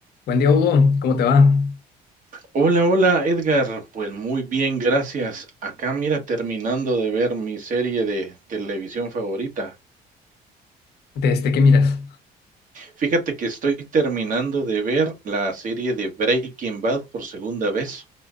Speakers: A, on the left; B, on the right.
A: Buen día, Hugo. ¿Cómo te va?
B: Hola, hola Edgar. Pues muy bien, gracias. Acá mira, terminando de ver mi serie de televisión favorita.
A: Desde qué miras?
B: Fíjate que estoy terminando de ver la serie de Breaking Bad por segunda vez.